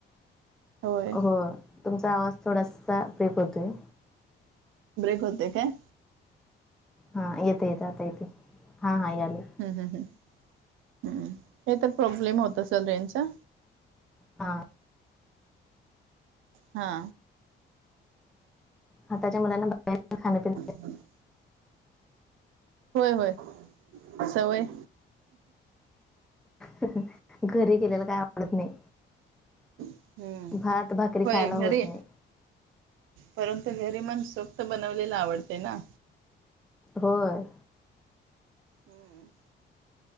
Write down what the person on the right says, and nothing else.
होय
ब्रेक होते काय?
ह् ह ह ह् काय तर प्रॉब्लेम होत असल रेंजचा.
हा.
ह <unintelligible> होय होय सवय
हम्म
होय
घरी
परंतु घरी मनसोक्त बनवलेलं आवडतय ना,
हम्म!